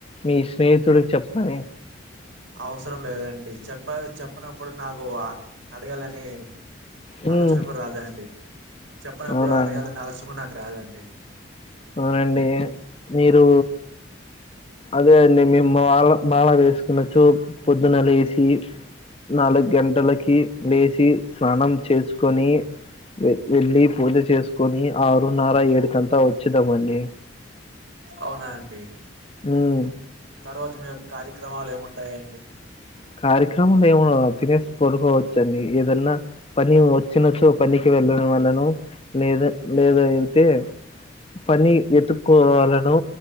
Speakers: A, on the left; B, on the right.
A: మీ స్నేహితుడికి చెప్పమని.
B: అవసరం లేదండి చెప్ప చెప్పినప్పుడు నాకు అడగాలని.
A: ఉమ్
B: ఆలోచన కూడా రాదా అండి. చెప్పనప్పుడు
A: అవునా
B: అడగాలని
A: అండి
B: ఆలోచన, కూడా నాకు రాదండి.
A: అవునండి మీరు. అదే అండి మేము మాల మాల వేసుకు కొన్నచో పొద్దున్న లేసి. నాలుగు గంటలకి లేసి, స్నానం చేసుకొని. వెళ్ళి పూజ చేసుకొని ఆరున్నర ఏడు కంతా వచ్చేదమండి.
B: అవునా అండి.
A: మ్మ్
B: తర్వాత మీ యొక్క కార్యక్రమాలు ఏముంటాయండి.
A: కార్యక్రమాలు ఏము తినేసి పడుకోవచ్చు. అండి ఏదన్నా. పని వచ్చినచ్చో పనికి వెళ్లిన వాళ్లను. లేదా లేద అయితే. పని ఎతుకోవాలను.